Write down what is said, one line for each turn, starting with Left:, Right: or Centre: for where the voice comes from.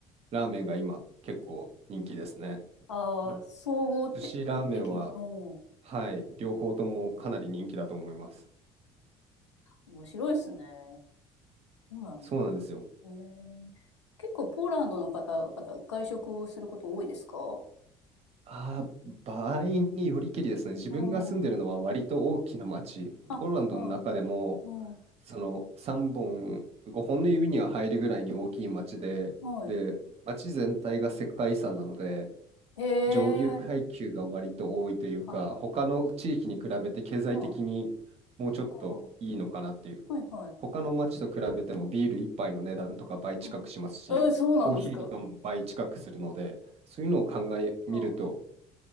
Right: ラーメンが今結構人気ですね。
Left: ああ、
Right: ら
Left: 総合て的に。
Right: 寿司ラーメンは、
Left: うん。
Right: はい、両方ともかなり人気だと思います。
Left: 面白いですね。そうなんだ。
Right: そうなんですよ。
Left: へえ結構ポーランドの方々、外食をすること多いですか
Right: あー場合によりけりですね。自分が住んでるのは割と大きな町。
Left: うん。あ、
Right: ポーランドの中でも、
Left: はい。うん。
Right: その3本、5本の指には入るぐらいに大きい町で、
Left: はい。
Right: で、町全体が世界遺産なので、
Left: へえ。
Right: 上流階級が割と多いというか、
Left: あ、
Right: 他の地域に比べて経済的にもうちょっといいのかなっていう。
Left: うん。あーはいはい。
Right: 他の町と比べてもビール一杯の値段とか倍近くしますし、
Left: うん。えー、そうなんですか。
Right: コーヒーとかも倍近くするので、そういうのを考えみると、
Left: う